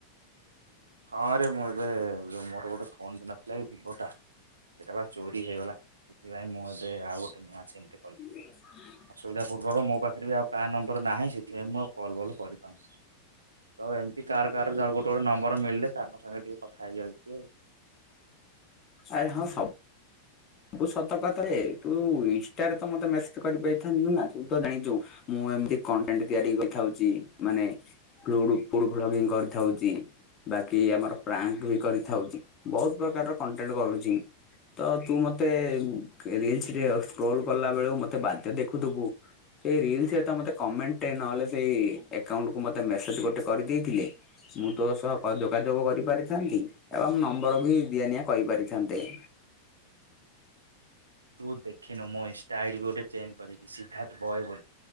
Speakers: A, on the right (about 75°); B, on the left (about 25°).
A: ହଁରେ ମୁଁ ଏବେ ଯଉ ମୋର ଗୋଟେ ଫୋନଟେ ନଥିଲା କି ଭିବୋ ଟା। ସେଇଟା ବା ଚୋରି ହେଇଗଲା। ସେଥିପାଇଁ ମୁଁ ଏବେ ଆଉ ଗୋଟେ ନୂଆଁ ସିମ୍ ଟେ
B: <unintelligible>
A: ସୁବିଧା ପୂର୍ବକ ମୋ ପାଖରେ ବି ଆଉ କା ନମ୍ବର ନାଇଁ ସେଥିପାଇଁ ଆଉ କଲ୍ ଫଲ କରି ତ ଏମିତି କାର୍ କାର ଗୋଟେ ଗୋଟେ ନମ୍ବର ମିଳିଲେ ତାଙ୍କ ସାଙ୍ଗେରେ ଟିକେ କଥା ହେଇଯାଉଛି ଆଉ।
B: ଆରେ ହଁ ସବୁ ବୁ ସତ କଥାରେ ତୁ ଇନଷ୍ଟାରେ ତ ମତେ ମେସେଜ କରିପରିଥାନ୍ତୁ ନା ତୁ ତ ଜାଣିଛୁ। ମୁଁ ଏମିତି କଣ୍ଟେଣ୍ଟ ତିଆରି କରିଥାଉଛି ମାନେ ପ୍ଲୁଡ ଫୁଡ୍ ଭ୍ଲଗିଙ୍ଗ କରିଥାଉଚି। ବାକି ଆମର ପ୍ରାଙ୍କ ବି କରିଥାଉଛି ବହୁତ ପ୍ରକାରର କଣ୍ଟେଣ୍ଟ କରୁଛି ତ ତୁ ମତେ ରିଲ୍ସରେ ସ୍କ୍ରୋଲ କଲା ବେଳୁ ମତେ ବାଧେ ଦେଖୁଥିବୁ। ସେଇ ରିଲସ୍ ରେ ତ ମତେ କମେଣ୍ଟ ନହେଲେ ସେଇ ଏକଉଣ୍ଟକୁୁ ମତେ ମେସେଜ ଗୋଟେ କରିଦେଇଥିଲେ ମୁଁ ତ ସହ <inaudible> ଯୋଗାଯୋଗ କରିପାରିଥାନ୍ତି ଏବଂ ନମ୍ବର ବି ଦିଆ ନିିଆ କରି ପାରିଥାନ୍ତେ।
A: ତୁ ଦେଖିନୁ ମୋ ଇଷ୍ଟା ଆଇଡି ବି ଗୋଟେ ଚେଞ୍ଜ କରିଛି ସିଦ୍ଧାର୍ଥ ବୟ ବୋଲି।